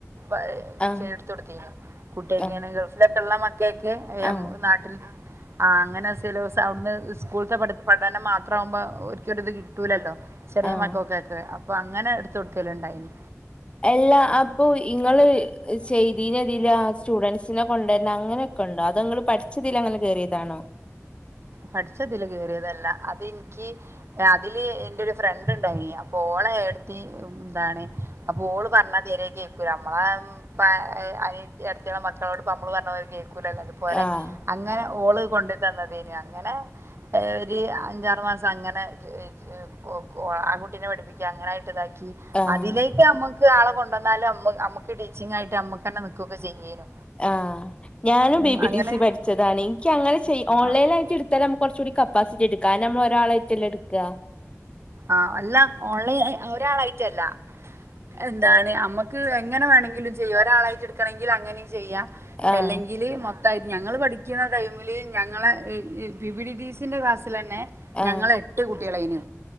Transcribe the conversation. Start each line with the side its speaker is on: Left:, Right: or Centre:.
Right: ആഹ്
Left: ആഹ്
Right: ചെ ഇട്ത്തൊട്ത്തീനു. കുട്ടിയേക്
Left: ആഹ്
Right: ഇങ്ങനെ ഗൾഫിലൊക്കെള്ളാ മക് ക്കേക്ക് എം
Left: ആഹ്
Right: നാട്ടിൽ ആഹ് അങ്ങനെ സിലബസ് അവിട്ന്ന് സ്കൂൾത്തെ പഠിപ് പഠനം മാത്രം ആവുമ്പോ ഓർക്കൊരിതു കിട്ടൂലല്ലോ ചെറിയ
Left: ആഹ്
Right: മക്കൊക് ക്കെ അപ്പോ അങ്ങനെ ഇട്ത്തൊട്ക്കല് ഇണ്ടായിനി
Left: എല്ലാ അപ്പൊ ഇങ്ങള് ചെയ്തീന്യെ തില്
Right: പിന്നെ
Left: ആഹ് സ്റ്റുഡന്റ്സിനെ കൊണ്ടര്നം അങ്ങനൊ ക്കെണ്ടോ? അതോ ഇങ്ങള് പഠിച്ച തില് അങ്ങനെ കേറിയതാണോ?
Right: പഠിച്ച തില് കേറിയതല്ല അതിൻക്ക് ഏഹ് അതില് എന്റെ ഒരു ഫ്രണ്ട് ണ്ടായിനി അപ്പൊ ഓളെ ഏട്ത്തി മ് ന്താണ് അപ്പൊ ഓള് പർഞ്ഞ <unintelligible> കേക്കൂല നമ്മളെ പ്പ അനിയതി ഏടത്തിയേളെ മക്കളോട് പ്പം നമ്മള് പറഞ്ഞാ ഓലത് കേക്കൂലല്ലൊ അത് പോലെ.
Left: ആഹ്
Right: അങ്ങനെ ഓള് കൊണ്ട് തന്നതേനു അങ്ങനെ ഒരു അഞ്ചാറ് മാസം അങ്ങനെ ജ് ജ് യ് ഒ കൊ ആങ്കുട്ടിനെ പഠിപ്പിക്ക്യു അങ്ങനെ ആയിട്ട് ഇതാക്കി
Left: ആഹ്
Right: അതിലേക്ക് നമ്മക്ക് ആളെ കൊ ണ്ടന്നാല് മ്മ മ്മക്ക് ടീച്ചിങ്‌ ആയിട്ട് നമ്മക്കന്നെ നിക്ക്വൊക്കെ ചെയ്യേനു
Left: ആഹ് ഞാനും
Right: ഉം
Left: പി പി
Right: അങ്ങനെ
Left: ടി സി പഠിച്ചതാണ്. ഇൻക്ക് അങ്ങനെ ചെയ് ഓൺലൈനായിട്ട്
Right: ആ
Left: ഇട്ത്താലെ നമുക് കുറച്ചുടി കപ്പാസിറ്റി എടു കാനം ഒരാളായിട്ടല്ലേ ഇട്ക്കാ.
Right: ആഹ് അല്ല ഓൺലൈൻ ഒരാളായിട്ടല്ല എന്താണ് അമ്മക്ക് എങ്ങനെ വേണെങ്കിലും ചെയ്യാ. ഒരാളായിട്ട് ഇട്ക്കണെങ്കിലങ്ങനിം ചെയ്യാ.
Left: ആഹ്
Right: എല്ലെങ്കില് മൊ ത്തായിട്ട്. ഞങ്ങൾ പഠിക്ക്യ്ണ ടൈമില് ഞങ്ങളെ പി പി ടി സി ന്റെ ക്ലാസിലന്നെ ഞങ്ങള്
Left: ആഹ്
Right: എട്ട് കുട്ടിയേളേയിനു